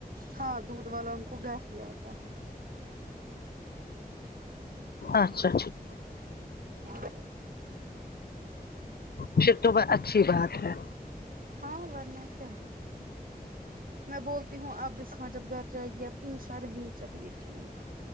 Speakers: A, on the right (about 65°); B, on the left (about 80°).
A: ہاں دودھ والا ان کو گھر ہی آتا ہے
B: اچھا ٹھیک
A: ہاں
B: پھر تو بہ اچھی بات ہے
A: ہاں ورنہ کیا میں بول تی ہوں آپسماں جب گھر جائے گی اب انشا رہنی چاہیے ٹھیک